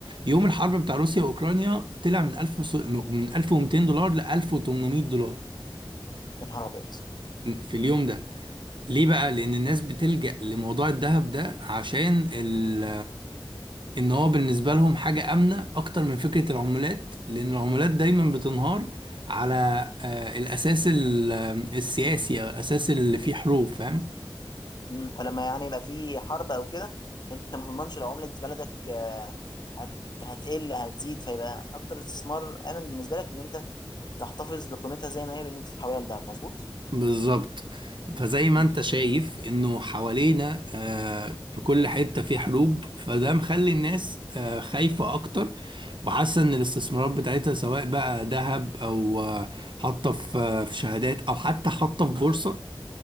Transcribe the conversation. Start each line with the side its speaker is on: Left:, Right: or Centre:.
Right: يوم الحرب بتاع روسيا وأوكرانيا طلع من 1000 وس- من 1200 دولار ل 1800 دولار
Left: يا نهار ابيض
Right: في اليوم ده ليه بقى؟ لأن الناس بتلجأ لموضوع الذهب ده عشان ال إن هو بالنسبة لهم حاجة آمنة أكتر من فكرة العملات لأن العملات دايما بتنهار على آه، الأساس ال- السياسي أو الأساس اللي فيه حروب فاهم؟
Left: مم. فلما يعني يبقى في حرب او كده انت ما تضمنش لو عملة بلدك آه، هت... هتقل هتزيد فيبقى اكتر استثمار امن بالنسبة لك ان انت تحتفظ بقيمتها زي ما هي بان انت تحولها لدهب مظبوط
Right: بالظبط فزي ما
Left: مم.
Right: انت شايف انه حوالينا آه، في كل حتة في حروب فده مخلي الناس آه، خايفة اكتر وحاسة ان الاستثمارات بتاعتها سواء بقى ذهب او آه، حاطة في آه، في شهادات او حتى حاطة في بورصة